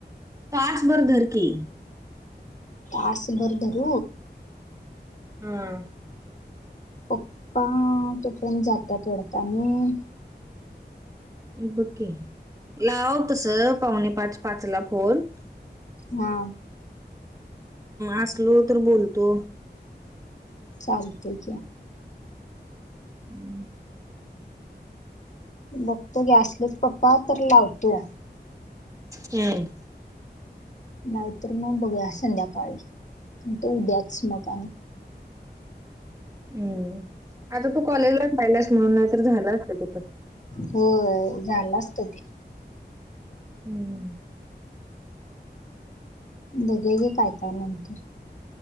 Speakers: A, on the right (about 20°); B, on the left (about 45°).
A: तचभर धरकी
B: पाास बरदर
A: हम्
B: पप्पा तुपन जातात वाढत आणि,
A: बकी लाव तस पाहुणे पाच पाच ला फोन.
B: हा.
A: असलो तर बोलतो.
B: चलतय की.
A: आणि <unintelligible>
B: बघतो गॅसलेत पप्पा तर लावतो
A: हम्म
B: नाहीतर मग बघू संध्याकाळी आणि तो उद्याच मग आणि
A: हम्म आता तू कॉलेजलाच राहिलास म्हणून नाहीतर झालं असत तेपर
B: हो झालं असत ते
A: हम्म
B: बघे गे काय काय नंतर